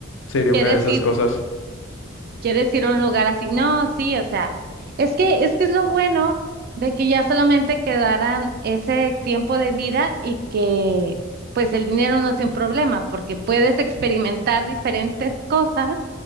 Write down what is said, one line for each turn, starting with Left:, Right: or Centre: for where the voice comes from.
Left: Sería
Right: ¿Quieres
Left: una de esas
Right: ir?
Left: cosas.
Right: quieres ir a un lugar así. No, sí, o sea, es que es que es lo bueno de que ya solamente quedaran ese tiempo de vida y que pues el dinero no sea un problema, porque puedes experimentar diferentes cosas